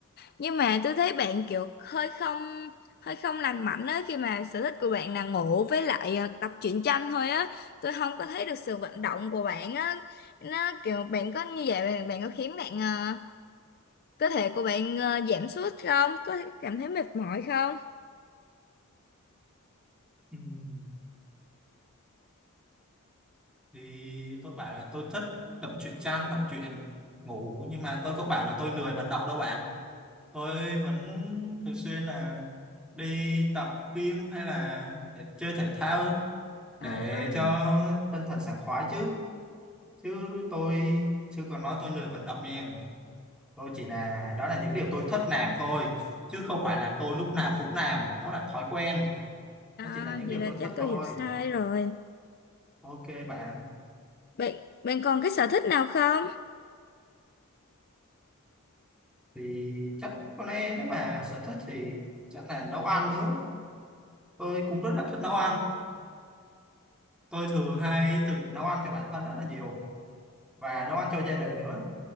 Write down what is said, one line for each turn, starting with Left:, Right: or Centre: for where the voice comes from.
Left: nhưng mà tôi thấy bạn kiểu hơi không hơi không lành mạnh á khi mà sở thích của bạn là ngủ với lại ờ, tập truyện tranh thôi á tôi không có thấy được sự vận động của bạn á nó kiểu bạn có như vậy bạn, bạn có khiến bạn ờ, cơ thể của bạn ờ, giảm sút không có cảm thấy mệt mỏi không
Centre: Ừm, thì tôi bảo là tôi thích đọc truyện tranh đọc truyện ngủ nhưng mà tôi có bảo là tôi lười vận động đâu bạn tôi vẫn thường xuyên là đi tập gym hay là thể- chơi thể thao để
Left: à,
Centre: cho tinh thần sảng khoái chứ chứ tôi chưa còn nói tôi lười vận động nha tôi chỉ là đó là những điều tôi thích làm thôi chứ không phải là tôi lúc nào cũng làm đó là thói quen
Left: à
Centre: đó chỉ là những
Left: vậy
Centre: điều
Left: là
Centre: tôi
Left: chắc
Centre: thích
Left: tôi
Centre: thôi
Left: hiểu sai rồi
Centre: Ok bạn,
Left: bạn bạn còn cái sở thích nào không
Centre: thì chắc có lẽ nếu mà sở thích thì chắc là nấu ăn nữa. Tôi cũng rất là thích nấu ăn. Tôi thường hay tự nấu ăn cho bản thân rất là nhiều và nấu ăn cho gia đình nữa.